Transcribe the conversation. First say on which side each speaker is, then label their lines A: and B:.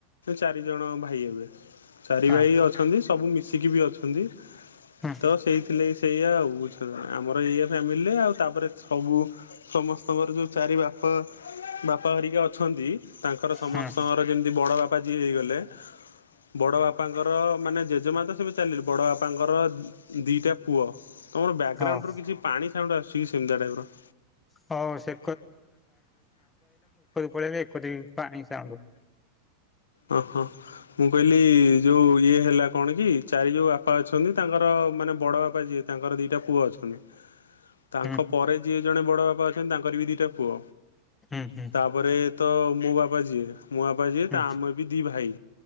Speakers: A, on the left (about 85°); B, on the left (about 15°).
A: ଚାରିଜଣ ଭାଇ ହେବେ। ଚାରି
B: ହଁ
A: ଭାଇ ଅଛନ୍ତି ସବୁ ମିଶିକି ବି ଅଛନ୍ତି
B: ହଁ
A: ତ ସେଇଥିଲେ ସେଇଆ ଆଉ ଆମର ଇଏ ଫ୍ୟାମିଲିରେ ଆଉ ତାପରେ ସବୁ ସମସ୍ତଙ୍କର ଯୋଉ ଚାରି ବାପା ବାପା ହେରିକା ଅଛନ୍ତି ତାଙ୍କର ସମସ୍ତଙ୍କର
B: ହଁ ହଁ ହଁ
A: ଯେମିତି ବଡ଼ ବାପା ଯିଏ ହେଇଗଲେ ବଡ ବାପାଙ୍କର ମାନେ ଜେଜେମା ତ କେବେ ଚାଲି <unintelligible> ବଡ ବାପାଙ୍କର ଦିଟା ପୁଅ ତୁମର ବ୍ୟାକଗ୍ରାଉଣ୍ଡରୁ
B: ହଉ।
A: କିଛି ପାଣି ସାଉଣ୍ଡ ଆସୁଛି କି ସେମିତିତଟଆ ଟାଇପର?
B: ହଁ ସେ
A: <inaudible>
B: ପଳେଇଲି ଏକରେ ପାଣି ସାଉଣ୍ଡ।
A: ଓ ହୋ ମୁଁ କହିଲି ଯୋଉ ଇଏ ହେଲା କଣ କି ଚାରି ଯୋଉ ବାପା ଅଛନ୍ତି ତାଙ୍କର ମାନେ ବଡ ବାପା ତାଙ୍କର ଦିଟା ପୁଅ ଅଛନ୍ତି। ତାଙ୍କ
B: ହୁଁ
A: ପରେ ଯିଏ ଜଣେ ବଡ଼ ବାପା ଅଛନ୍ତି ତାଙ୍କର ବି ଦିଟା ପୁଅ
B: ହୁଁ ହୁଁ
A: ତାପରେ ତ ମୋ ବାପା ଯିଏ ମୋ ବାପା ଯିଏ
B: ହୁଁ
A: ତା ଆମେ ବି ଦି ଭାଇ